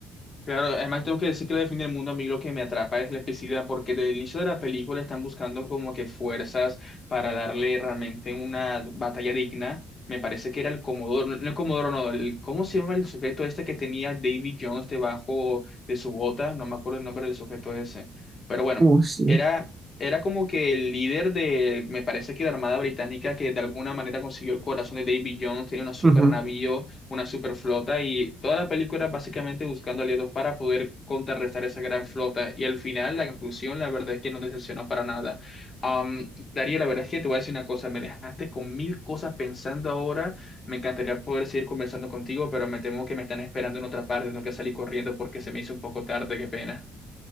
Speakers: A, on the left (about 35°); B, on the right (about 25°).
A: Claro, además tengo que decir que la define el mundo a mí lo que me atrapa es la epicidad, porque desde el inicio de la película están buscando como que fuerzas para darle realmente una batalla digna. Me parece que era el Comodoro, no no el Comodoro, no, el, ¿cómo se llama el sujeto este que tenía David Jones debajo de su bota? No me acuerdo el nombre del sujeto ese. Pero bueno,
B: Uh, sí.
A: era, era como que el líder de, me parece que la Armada Británica que de alguna manera consiguió el corazón de David Jones, tenía un super
B: Ujú.
A: navío una super flota y toda la película básicamente buscando aliados para poder contrarrestar esa gran flota y al final la conclusión la verdad es que no decepcionó para nada. Am, Darío, la verdad es que te voy a decir una cosa, me dejaste con mil cosas pensando ahora, me encantaría poder seguir conversando contigo, pero me temo que me están esperando en otra parte, tengo que salir corriendo porque se me hizo un poco tarde, qué pena.